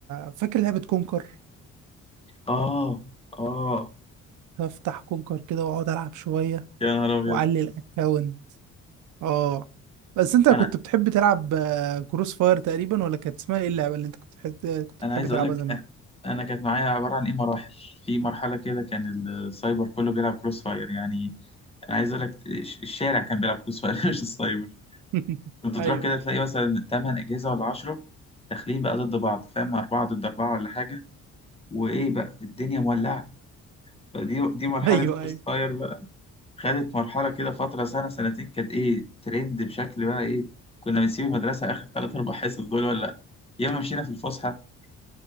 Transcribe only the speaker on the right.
فاكر لعبه كونكر
افتح كونكر كده واقعد العب شويه
واعلي الاكونت اه بس انت كنت
بتحب تلعب آه، كروس فاير تقريبا ولا كانت اسمها ايه اللعبه اللي انت كنت بتحب كنت
بتحب
تلعبها
زمان
<laughs>
ايوه
ايوه
ايوه
ايوه